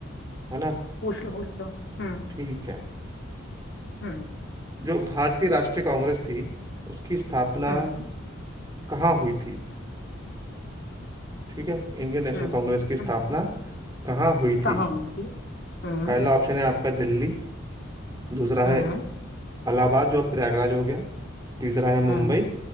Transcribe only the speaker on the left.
पूछ लो पूछ लो हम्म
हम्म
हम्म
हम्म
हम्म।
कहाँ
होगी हम्म
हम्म
हम्म